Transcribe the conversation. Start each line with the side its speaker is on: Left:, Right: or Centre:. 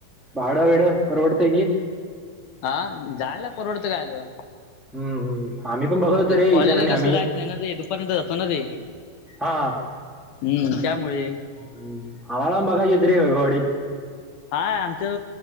Centre: भाडं वेड परवडते की?
Left: हा जायला परवडतं कायला.
Centre: हम्म, हम्म. आम्ही पण बघत होतो रे
Left: कॉलेजला
Centre: ईशान आणि आम्ही
Left: कसं जायच नाही ना ते दुपारनंतर जातो ना रे.
Centre: हा
Left: हम्म त्यामुळे.
Centre: ह आम्हाला बघायची होती रे वैभवाडीत
Left: हाय आमच